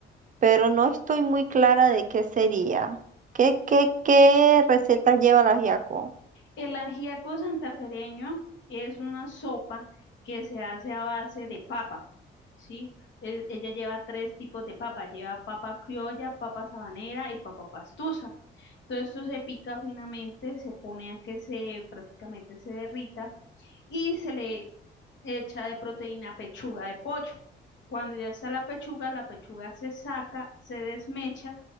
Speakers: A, on the right (about 40°); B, on the left (about 70°).
A: pero no estoy muy clara de qué sería. ¿Qué, qué, qué receta lleva el ajiaco?
B: El ajiaco santafereño es una sopa que se hace a base de papa, ¿sí? E- ella lleva tres tipos de papa, lleva papa criolla, papa sabanera y papa pastusa. Todo esto se pica finamente, se pone a que se prácticamente se derrita y se le hecha de proteína pechuga de pollo. Cuando ya está la pechuga, la pechuga se saca, se desmecha